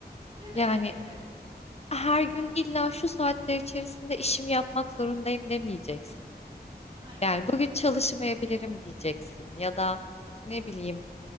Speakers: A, on the right (about 30°); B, on the left (about 40°).
A: Evet,
B: Yani
A: evet.
B: her gün illa şu saatler içerisinde işimi yapmak zorundayım demeyeceksin.
A: Aynen.
B: Yani bugün çalışmayabilirim diyeceksin ya da ne bileyim